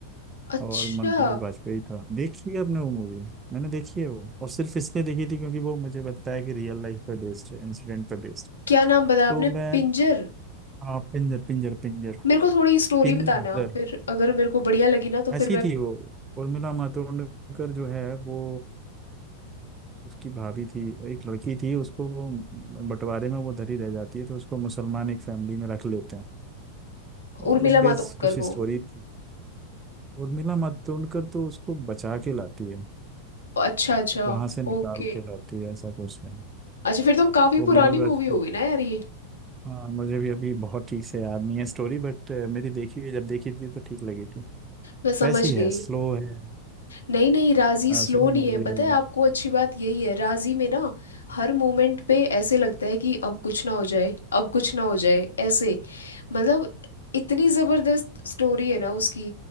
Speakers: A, on the left (about 70°); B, on the right (about 20°).
A: अच्छा
B: और मनोज वाजपेयी था देखी है आपने वो मूवी मैंने देखी है वो और सिर्फ इसलिए देखी थी क्योंकि वो मुझे बताया कि रियल लाइफ पे बेस्ड है इंसिडेंट पे बेस्ड
A: क्या नाम बताया आपने
B: तो मैं
A: पिंजर
B: हाँ पिंजर पिंजर पिंजर
A: मेरे को थोड़ी स्टोरी
B: पिंजर
A: बताना फिर अगर मेरे को बढ़िया लगी ना तो फिर
B: ऐसी
A: मैं
B: थी वो उर्मिला मातोंडकर जो है वो उसकी भाभी थी एक लड़की थी उसको वो बंटवारे में वो धरी रह जाती है तो उसको मुसलमान एक फैमिली में रख लेते हैं और
A: उर्मिला
B: उस बेस
A: मातोंडकर
B: कुछ स्टोरी
A: को
B: थी उर्मिला मातोंडकर तो उसको बचा के लाती है
A: अच्छा अच्छा
B: वहां से निकाल
A: ओके
B: के लाती है ऐसा कुछ है
A: अच्छा फिर तो काफी
B: वो
A: पुरानी
B: मरुन राजपूत
A: मूवी होगी ना यार ये
B: हाँ मुझे भी अभी बहुत ठीक से याद नहीं है स्टोरी बट मेरी देखी हुई जब देखी थी तो ठीक लगी थी
A: मैं समझ
B: वैसी
A: गई
B: है स्लो है
A: नहीं नहीं राजी स्लो
B: स्लो
A: नहीं
B: मूवी
A: है पता
B: है
A: है
B: बट
A: आपको अच्छी बात यही है राजी में ना हर मोमेंट पे ऐसे लगता है कि अब कुछ ना हो जाए अब कुछ ना हो जाए ऐसे मतलब इतनी जबरदस्त स्टोरी है ना उसकी